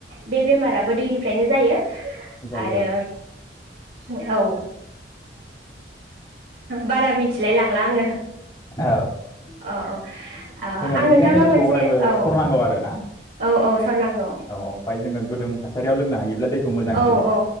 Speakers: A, on the right; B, on the left.
A: बे बेमाराबो दैनिफ्रायनो जायो।
B: जायो
A: आरो औ ओ बारा मिथिलाय लांला आङो
B: औ
A: अ औ।
B: जोङो
A: आं
B: बेनिखायनो
A: नोंथांनाव
B: दैखौ
A: मोनसे
B: अरायबो
A: औ
B: सरनांगौ आरो
A: औ औ सरनांगौ।
B: ओमफ्राय जोङो गुदुं थासारियाव लोंनो हायोब्ला दैखौ मोजांसिन
A: औ औ